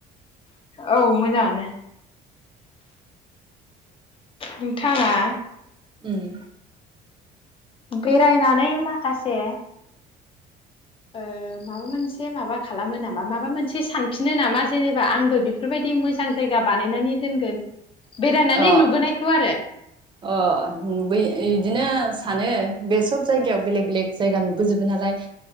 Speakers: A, on the left; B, on the right.
A: औ मोजाङानो। नोंथाङा
B: उम
A: बेरायनानै माखासे ओ माबा मोनसे माबा खालामो नामा माबा मोनसे सानफिनो नामा जेनेबा आंबो बेफोरबायदि मोजां जायगा बानायनानै दोनगोन बेरायनानै
B: अ
A: नुबोनायखौ आरो
B: अ बै इदिनो सानो बे सब जायगायाव बेलेग बेलेग जायगा नुबोजोबो नालाय